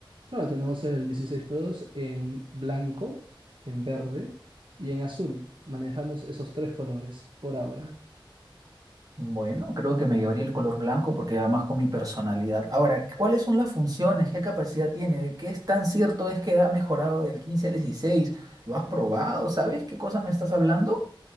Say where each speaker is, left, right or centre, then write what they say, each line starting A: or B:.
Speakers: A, on the right; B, on the right.
A: Claro, tenemos el 16 Pro en blanco, en verde y en azul. Manejamos esos tres colores por ahora.
B: Bueno, creo que me llevaría el color blanco porque va más con mi personalidad. Ahora, ¿cuáles son las funciones? ¿Qué capacidad tiene? ¿Qué es tan cierto es que ha mejorado del 15 al 16? ¿Lo has probado? ¿Sabes qué cosa me estás hablando?